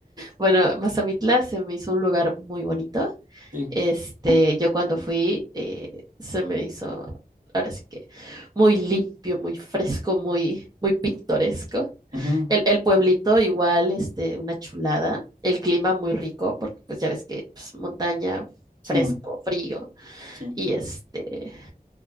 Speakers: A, on the right (about 25°); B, on the right (about 55°).
A: Bueno, Mazamitla se me hizo un lugar muy bonito.
B: Sí.
A: Este, yo cuando fui, eh, se me hizo, ahora sí que muy limpio, muy fresco, muy, muy pintoresco.
B: Ujú.
A: El, el pueblito igual, este, una chulada. El clima muy rico, porque pues ya ves que pues, montaña,
B: Sí,
A: fresco, frío,
B: sí.
A: y este,